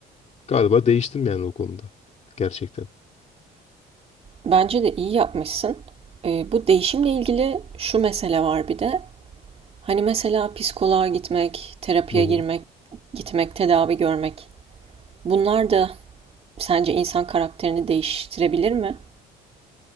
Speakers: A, on the left; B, on the right.
A: galiba değiştim yani o konuda. Gerçekten.
B: Bence de iyi yapmışsın. E, bu değişimle ilgili şu mesele var bir de. Hani mesela psikoloğa gitmek, terapiye
A: Hı hı.
B: girmek, gitmek, tedavi görmek. Bunlar da sence insan karakterini değiştirebilir mi?